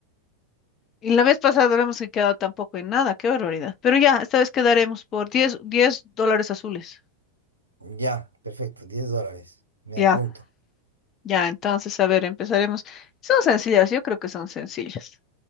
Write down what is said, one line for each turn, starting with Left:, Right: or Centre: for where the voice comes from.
Left: Y la vez pasada no hemos quedado tampoco en nada. Qué barbaridad. Pero ya, esta vez quedaremos por diez, diez dólares azules.
Right: <laughs> ya, perfecto, 10 dólares, me
Left: Ya,
Right: apunto.
Left: ya. Entonces, a ver, empezaremos. Son sencillas, yo creo que son sencillas.